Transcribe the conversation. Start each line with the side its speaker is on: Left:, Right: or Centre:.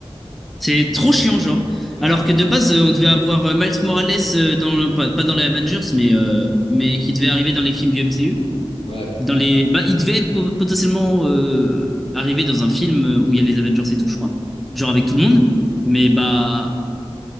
Centre: C'est trop chiant, genre.
Left: Ouais,
Centre: Alors que de base, euh, on devait avoir euh, Miles Morales euh, dans le- pas, pas dans les Avengers, mais euh, mais qui devait arriver dans les films du MCU.
Left: ouais.
Centre: Dans les... bah, il devait po- potentiellement euh, arriver dans un film où il y a les Avengers et tout, je crois. Genre avec tout le monde.
Left: Il
Centre: Mais bah.